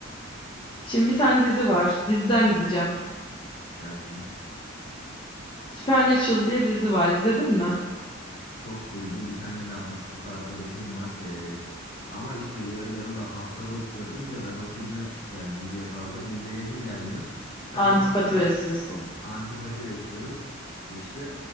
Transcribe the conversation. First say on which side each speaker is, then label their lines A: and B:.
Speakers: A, on the left; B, on the left.
A: Şimdi bir tane dizi var. Diziden gideceğim.
B: Gelsin.
A: Supernatural diye bir dizi var. İzledin mi?
B: Çok duydum. Bir tane de hastası arkadaşım var. Ee, ama işte bir öyle yanımda hastalık yapınca ben o filme, e, diziye pardon, izleyesim gelmiyor. Sen
A: Antipati
B: anlatırsan
A: besliyorsun.
B: antipati besliyorum. İşte